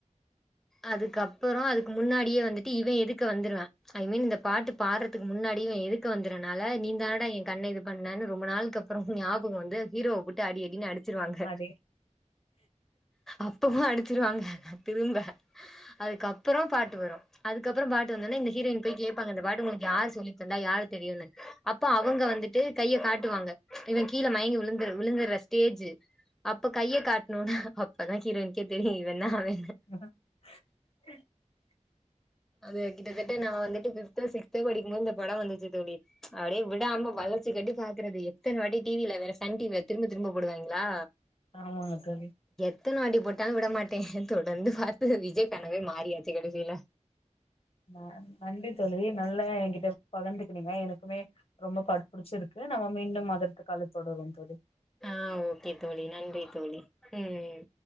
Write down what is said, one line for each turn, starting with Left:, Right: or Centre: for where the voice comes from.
Centre: அதுக்கப்பறோ அதுக்கு முன்னாடியே வந்துட்டு இவே எதுக்க வந்துறுவ்வா ஐ மீன் இந்த பாட்டு பாட்றதுக்கு முன்னாடிஇவ எதுக்க வந்துறனால நீ தானடா என் கண்ண இது பண்ணனு ரொம்ப நாளுக்கப் றோ ஞாபகோ வந்து ஹீரோவ போட்டு அடி அடினு அடுச்சுருவாங்க
Left: அதே
Centre: அப்பவு அடுச்சிருவாங்க திரும்ப அதுக்கப்புறோ பாட்டு வரு அதுக்கப் றோ பாட்டு வந்தோனே இந்த ஹீரோயின் போய் கேப்பாங்க இந்த பாட்டு ஒங்களுக்கு யார் சொல்லிதந்தா யாரு தெரியுன்னு அப்ப அவங்க வந்துட்டு கைய காட்டுவாங்க இவ கீழ மயங்கி விழுந்து விழுந்துற ஸ்டேஜு அப்ப கைய காட்ணோனே அப்பதா ஹீரோயின்கே தெரியு இவேந்தா அவே
Left: <unintelligible>
Centre: அது கிட்டத்தட்ட நா வந்துட்டு ஃபிப்தோ சிக்ஸ்தோ படிக்கும்போது இந்த படோ வந்துச்சிதோழி அப்டியே விடாம வளஞ்சி கட்டி பாக்குறது எத்தன வாட்டி டிவீல வேற சன் டிவில திரும்ப திரும்ப போடுவாய்ங்களா
Left: ஆமாங்க தோழி
Centre: எத்தன வாட்டி போட்டாலு விடமாட்டே தொடர்ந்து பாத்து விஜய் ஃபேனாவே மாறியாச்சு கடைசில
Left: ந நன்றி தோழி நல்லா எங்கிட்ட பகர்ந்துக்கினீங்க எனக்குமே ரொம்ப பாட்டு புடுச்சிருக்கு நம்ம மீண்டும் அடுத்து கால்லதொடருவோ தோழி
Centre: ஆ ஓகே தோழி நன்றி தோழி ம் ம்